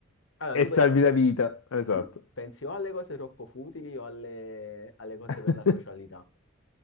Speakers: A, on the left (about 65°); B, on the left (about 85°).
A: Allora,
B: e
A: tu
B: salvi
A: pensi,
B: la vita. Esatto.
A: sì, pensi o alle cose troppo futili o alle, alle cose
B: <laughs>
A: per la socialità.